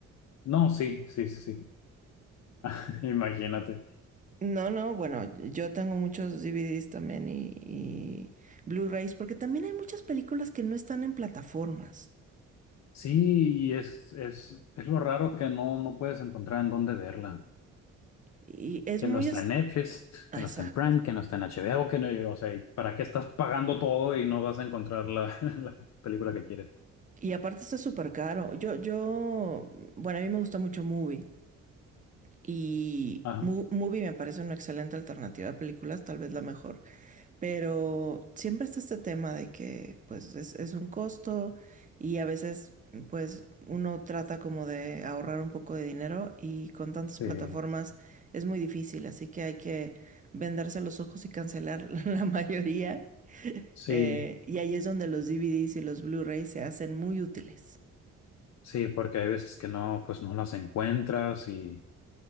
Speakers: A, on the left (about 65°); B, on the right (about 25°).
A: No, sí, sí, sí, sí. <laughs> Imagínate.
B: No, no, bueno, yo tengo muchos DVDs también y, y Blu-rays, porque también hay muchas películas que no están en plataformas.
A: Sí, y es, es, es lo raro que no, no puedes encontrar en dónde verla.
B: Y es
A: que
B: muy...
A: no está
B: es-
A: en Netflix,
B: ah,
A: que no
B: Exacto.
A: está en Prime, que no está en HBO, que no, o sea, ¿para qué estás pagando todo y no vas a encontrar la, <laughs> la película que quieres?
B: Y aparte está súper caro. Yo, yo, bueno, a mí me gusta mucho Movie. Y
A: Ajá,
B: Movie me parece una excelente alternativa a películas, tal vez la mejor. Pero siempre está este tema de que pues es, es un costo y a veces pues uno trata como de ahorrar un poco de dinero y con tantas
A: sí,
B: plataformas es muy difícil, así que hay que vendarse los ojos y cancelar <laughs> la mayoría.
A: sí,
B: Eh, y ahí es donde los DVDs y los Blu-rays se hacen muy útiles.
A: sí, porque hay veces que no, pues no las encuentras y